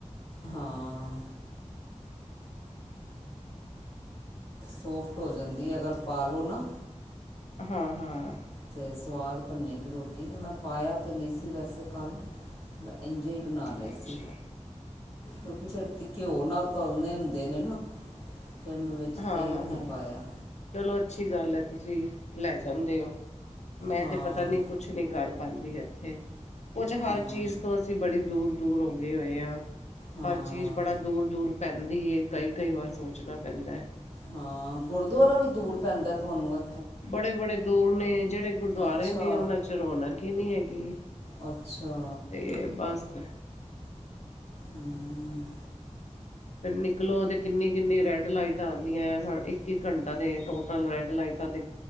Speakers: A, on the left (about 45°); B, on the left (about 65°).
A: ਹਾਂ ਸੋਫਟ ਹੋ ਜਾਂਦੀ ਹੈ ਅਗਰ ਪਾਲੋ ਨਾ
B: ਹਮ ਹਮ
A: ਤੇ ਸਵਾਦ ਬਨੇਗੀ ਰੋਟੀ ਮੈਂ ਪਾਇਆ ਤਾਂ ਨਹੀਂ ਸੀ ਵੈਸੇ ਕੱਲ੍ਹ। ਇੰਜੇ ਹੀ ਬਣਾ ਲਏ
B: ਅੱਛਾ
A: ਸੀ ਕਿਉਂਕਿ ਛੇਤੀ ਘਿਓ ਨਾਲ ਤਲਨੇ ਹੁੰਦੇ ਨੇ ਨਾ ਫਿਰ ਮੈਂ ਵਿੱਚ
B: ਹਾਂ
A: ਤੇਲ
B: ਹਾਂ
A: ਨਹੀਂ
B: ਹਾਂ
A: ਪਾਇਆ
B: ਚਲੋ ਅੱਛੀ ਗੱਲ ਹੈ ਤੁਸੀਂ ਲੈ ਜਾਂਦੇ ਹੋ ਮੈਂ
A: ਹਾਂ
B: ਤਾਂ ਪਤਾ ਨਹੀਂ ਕੁ ਕੁਛ ਨੀ ਕਰ ਪਾਉਂਦੀ ਇੱਥੇ ਕੁਝ ਹਰ
A: ਹਾਂ
B: ਚੀਜ਼ ਤੋਂ ਅਸੀਂ ਬੜੀ ਦੂਰ ਦੂਰ ਹੋ ਗਏ ਹੋਏ ਆ,
A: ਹਾਂ
B: ਹਰ ਚੀਜ਼ ਬੜਾ ਦੂਰ ਦੂਰ ਪੈਂਦੀ ਏ ਕਈ ਕਈ ਵਾਰ ਸੋਚ ਣਾ ਪੈਂਦਾ
A: ਹਾਂ ਗੁਰਦੁਆਰਾ ਵੀ ਦੂਰ ਪੈਂਦਾ ਤੁਹਾਨੂੰ ਐ?
B: ਬੜੇ ਬੜੇ ਦੂਰ ਨੇ ਜਿਹੜੇ ਗੁਰਦੁਆਰੇ
A: ਅੱਛਾ
B: ਨੇ ਉਹਨਾਂ ਚ ਰੌਣਕ ਹੀ ਨਹੀਂ ਹੈਗੀ।
A: ਅੱਛਾ
B: ਤੇ--ਬਸ,
A: ਹਮ <unintelligible>
B: ਤੇ ਨਿਕਲੋ ਤੇ ਕਿੰਨੀ -ਕਿੰਨੀ ਰੈੱਡ ਲਾਈਟਾਂ ਆਂਦੀਆਂ, ਸਾਡਾ ਇੱਕ- ਇੱਕ ਘੰਟਾ ਤੇ ਟੋਟਲ ਰੈੱਡ ਲਾਈਟਾਂ ਤੇ